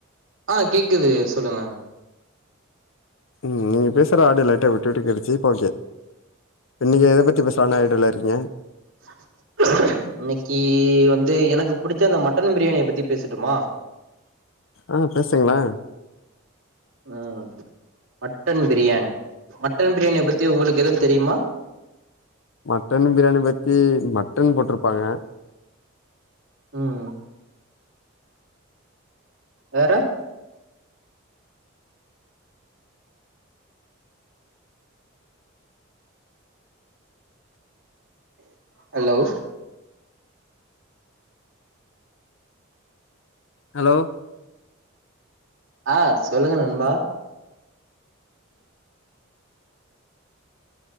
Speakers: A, on the right; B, on the left.
A: ஆஹ் கேக்குது சொல்லுங்க
B: உஹம் நீங்க பேசுற ஆடியோ லைட்டா விட்டு விட்டு கேட்டுச்சு இப்போ ஓகே நீங்க எத பத்தி பேசலானு
A: ஏங்
B: ஐடியால இருக்கீங்க
A: ஹமு இன்னைக்கு வந்து எனக்கு புடி புடிச்சிருந்தா மட்டும் பிரியாணிய பத்தி பேசட்டுமா
B: ஆஹ் பேசுங்களேன்
A: உஹம் மட்டன் பிரியாணி மட்டன் பிரியாணிய பத்தி உங்களுக்கு எதுவும் தெரியுமா
B: மட்டன் பிரியாணி பத்தி மட்டன் போட்டிருப்பாங்க
A: உஹம் வேற ஹலோ
B: ஹலோ
A: ஆஹ் சொல்லுங்க நண்பா